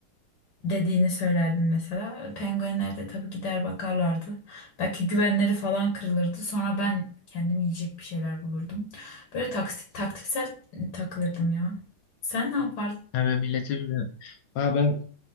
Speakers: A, on the left (about 65°); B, on the left (about 80°).
A: dediğini söylerdim mesela. Penguenler de tabii gider bakarlardı. Belki güvenleri falan kırılırdı. Sonra ben kendim yiyecek bir şeyler bulurdum. Böyle taksit, taktiksel takılırdım ya. Sen ne yapardın?
B: Hemen millete bilmiyorum. Ha ben